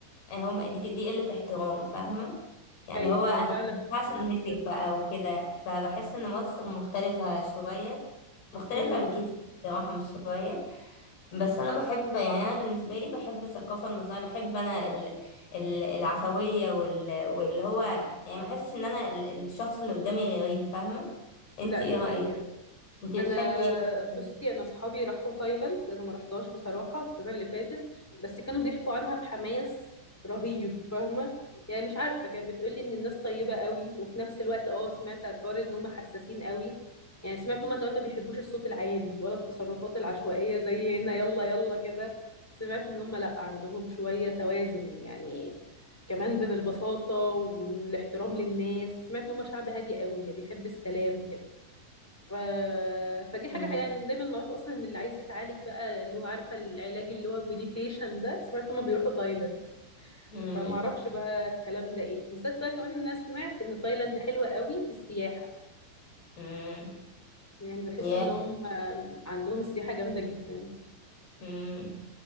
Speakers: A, on the left; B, in the centre.
A: آه، هم دي دي قلة احترام فاهمة يعني
B: ايوه
A: اللي هو انا
B: انا فعلا
A: مينفعش
B: سمعت
A: المسك
B: كده
A: بقى وكده فبحس ان مصر مختلفة شوية مختلفة
B: امم
A: بكتير بصراحة مش شوية بس انا بحب يعني انا بالنسبه لي بحب الثقافه المصريه بحب انا ال- ال- العفويه وال- واللي هو يعني ما احسش ان انا ال- الشخص اللي قدامي غريب فاهمه انت
B: لا
A: ايه
B: دي
A: رايك
B: حقيقه
A: انت بتحبي
B: انا
A: ايه <laughs> أكتر؟
B: بصي انا اصحابي راحوا تايلاند انا ما رحتهاش بصراحه السنه اللي فاتت بس كانوا بيحكوا عنها بحماس رهيب فاهمه يعني مش عارفه كانت بتقولي ان الناس طيبه قوي وفي نفس الوقت اه سمعت على الحوار ان هم حساسين قوي يعني سمعت ان هم كمان ما بيحبوش الصوت العالي ولا التصرفات العشوائيه زي هنا يلا يلا كده سمعت ان هم لا عندهم شويه توازن يعني كمان بين البساطه والاحترام للناس سمعت ان هم شعب هادي قوي يعني بيحب السلام كده ف... فدي حاجة
A: أمم،
B: يعني دايما معروف أصلا إن اللي عايز يتعالج بقى اللي هو عارفة العلاج اللي هو مديتيشن ده سمعت إن هما بيروحوا تايلاند
A: أمم،
B: فما أعرفش بقى الكلام ده إيه بالذات بقى كمان إن أنا سمعت إن تايلاند حلوة قوي في السياحة
A: أمم،
B: يعني بحس
A: يا
B: إن هم عندهم السياحة جامدة جدا
A: أمم.